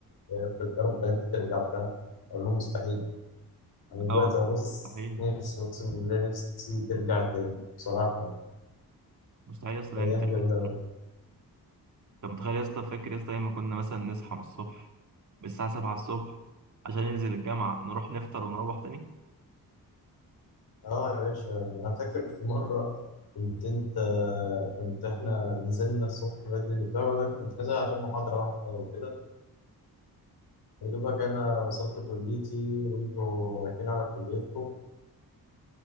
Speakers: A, on the left (about 85°); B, on the right (about 50°).
A: يا رب يا رب الأيام دي ترجع وبتاع أقول لهم مستحيل أنا دلوقتي
B: اه والله
A: أبص
B: مستحيل
A: نفسي أقسم بالله نفسي ترجع تاني بصراحة يعني
B: مستحيل يا اسطى
A: أيام
B: يعني ترجع
A: جميلة
B: الصراحة.
A: أوي.
B: انت متخيل يا اسطى فاكر يا اسطى ايام ما كنا مثلا نصحى من الصبح من الساعة 7 الصبح عشان ننزل الجامعة نروح نفطر ونروح تاني
A: اه يا باشا انا فاكر في مره كنت انت كنت احنا نزلنا الصبح بدري وبتاع وانا كنت نازل عشان محاضره واحده وكده يا دوبك انا وصلت كليتي وانتوا رايحين على كليتكم